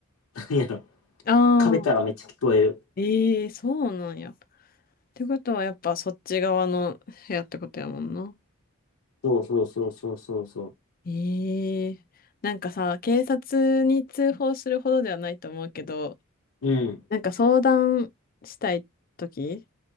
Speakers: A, on the left (about 80°); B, on the left (about 45°).
A: なんやろ、
B: ああ、
A: 壁からめっちゃ聞こえる。
B: ええそうなんや。ってことはやっぱそっち側の部屋ってことやもんな。
A: そうそうそうそうそうそ
B: ええなんかさ、警察に通報するほどではないと思うけど、
A: う。うん。
B: なんか相談したいとき